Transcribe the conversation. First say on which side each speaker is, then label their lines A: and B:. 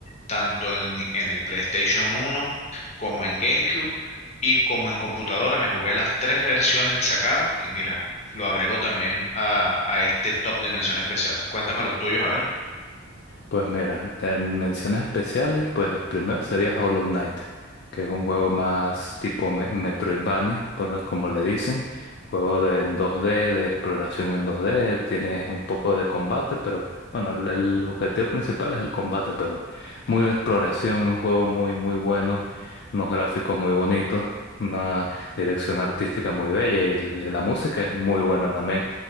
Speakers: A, on the left; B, on the left.
A: tanto en, en el PlayStation uno como en GameCube y como en computadora. Me jugué las tres versiones que sacaron y mira, lo agrego también a, a este top de menciones especiales. Cuéntame los tuyos, a ver.
B: Pues mira, de menciones especiales, pues el primero sería Hollow Knight, que es un juego más tipo me- Metroidvania, por, como le dicen, juego de en 2D, de exploración en 2D, tienes un poco de combate, pero bueno, el, el objetivo principal es el combate, pero muy de exploración, un juego muy, muy bueno, unos gráficos muy bonitos, una dirección artística muy bella y l- la música es muy buena también.